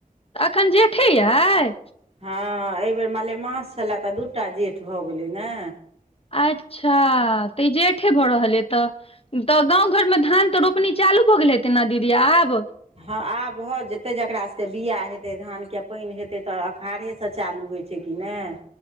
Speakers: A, on the left; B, on the right.
A: तऽ एखन जेठे अए
B: हँ एहिबेर मलेमास छलए तऽ दूटा जेठ भऽ गेलै ने
A: अच्छा तऽ ई जेठे भऽ रहल य तऽ तऽ गाँंव घर मे धान तऽ रोपनी चालू हो गेलै तेना दीदी आब
B: हँ आब भऽ जेतै जकरा सबके बिआ हेतै धानके पैन हेतै तऽ अख़ारे सँ चालू होइ छै कि नैय